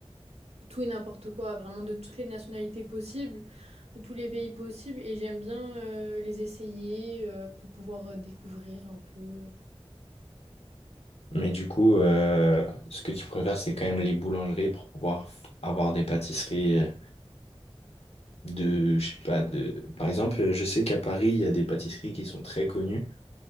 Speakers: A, on the right; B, on the left.
A: tout et n'importe quoi, vraiment de toutes les nationalités possibles. de tous les pays possibles et j'aime bien euh, les essayer euh, pour pouvoir euh, découvrir un peu.
B: Mais du coup, euh, ce que tu préfères, c'est quand même les boulangeries pour pouvoir f- avoir des pâtisseries euh, de, je sais pas, de... Par exemple, euh, je sais qu'à Paris, il y a des pâtisseries qui sont très connues.